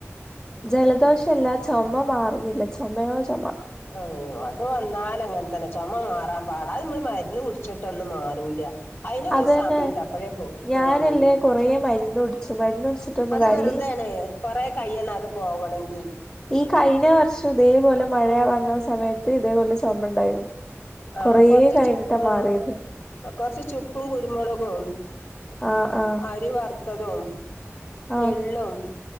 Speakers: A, on the left; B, on the left.
A: ജലദോഷല്ല ചൊമ മാറുന്നില്ല ചൊമയോ ചൊമ.
B: അഹ് അത് വന്നാലങ്ങനെ തന്ന ചൊമ മാറാൻ പാടാ അത് നമ്മൾ മരുന്ന് കുടിച്ചിട്ട് ഒന്നും മാറൂല. അയിന് ഒരു
A: അതന്നെ
B: സമയൊണ്ട് അപ്പഴേ പോ,
A: ഞാനല്ലേ
B: പോവുള്ളു
A: കൊറേ മരുന്ന് കുടിച്ചു മരുന്ന് കുടിച്ചിട്ടൊന്നും
B: അത്
A: കാര്യല്ല
B: വെറുതെയാണെ. കൊറെകയ്യണം അത് പോവണെങ്കി.
A: ഈ കഴിഞ്ഞ വർഷം ഇതേപോലെ മഴ വന്ന സമയത്ത് ഇതേപോലെ ചൊമ ഉണ്ടായിരുന്നു.
B: ആഹ്
A: കൊറേ
B: കൊറച്ചു
A: കഴിഞ്ഞിട്ടാ
B: ചുക്ക്
A: മാറിയത്
B: കൊർച്ച് ചുക്കും കുരുമുളകും
A: ആഹ് ആഹ്
B: അരി വറുത്തതും.
A: ആഹ്
B: എള്ളും